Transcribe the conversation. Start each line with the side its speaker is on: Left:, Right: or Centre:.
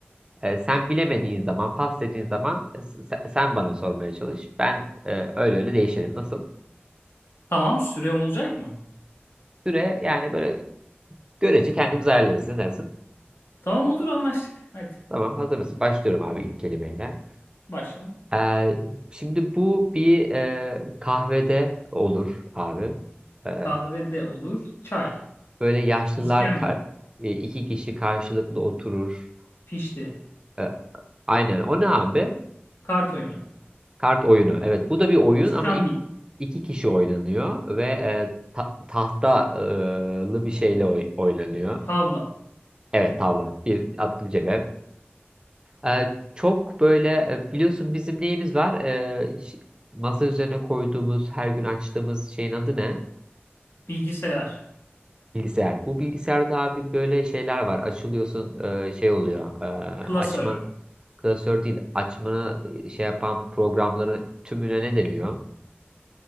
Right: E, sen bilemediğin zaman, pas dediğin zaman e, se- sen bana sormaya çalış. Ben e, öyle öyle değişirim. Nasıl?
Left: Tamam süre olacak mı?
Right: Süre yani böyle görece kendimiz ayarlarız. Ne dersin?
Left: Tamam olur anlaştık. Hadi
Right: Tamam, hazır mısın? Başlıyorum abi ilk kelimeyle.
Left: başla.
Right: Eee, şimdi bu bir e, kahvede olur abi. Ee,
Left: Kahve de olur. Çay.
Right: Böyle yaşlılar
Left: İskemle.
Right: ka- e, iki kişi karşılıklı oturur.
Left: Pişti.
Right: E, Aynen. O ne abi?
Left: Kart oyunu.
Right: Kart oyunu. Evet, bu da bir oyun
Left: İskambil.
Right: ama ik- iki kişi oynanıyor ve e, ta- tahtalı bir şeyle oy- oynanıyor.
Left: Tavla.
Right: Evet, tavla. Bir attım cebe. E, Çok böyle e, biliyorsun bizim neyimiz var? E, ş- Masa üzerine koyduğumuz, her gün açtığımız şeyin adı ne?
Left: Bilgisayar.
Right: Bilgisayar. Bu bilgisayarda abi böyle şeyler var. Açılıyorsun e, şey oluyor. e,
Left: Klasör.
Right: Açma klasör değil. Açmana e, şey yapan programların tümüne ne deniyor?